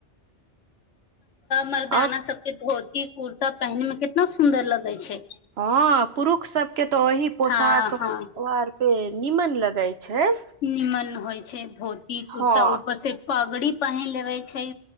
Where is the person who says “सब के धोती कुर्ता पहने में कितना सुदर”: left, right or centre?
Left